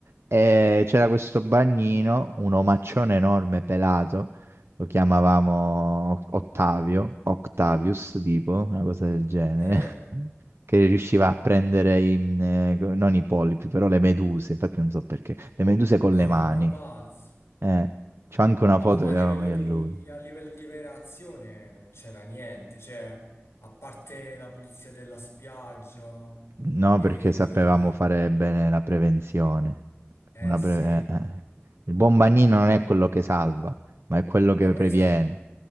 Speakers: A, on the right; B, on the left.
A: E c'era questo bagnino, un omaccione enorme pelato, lo chiamavamo Ottavio, Octavius, tipo, una cosa del genere,
B: <laughs>
A: <laughs> che riusciva a prendere i, mm, eh, co- non i polipi, però le meduse, infatti non so perché, le meduse con
B: No,
A: le mani.
B: ma è un pazzo.
A: Eh, c'ho anche una
B: Ah,
A: foto
B: boh, ma
A: che
B: a
A: avevamo
B: livello
A: io
B: di,
A: e lui.
B: a livello di vera azione non c'era niente, cioè, a parte la pulizia della spiaggia,
A: No,
B: e...
A: perché sapevamo fare bene la prevenzione.
B: eh
A: Una
B: sì,
A: pre- eh, eh. Il buon bagnino non è quello che salva, ma è quello che
B: no, ma
A: previene.
B: io, so-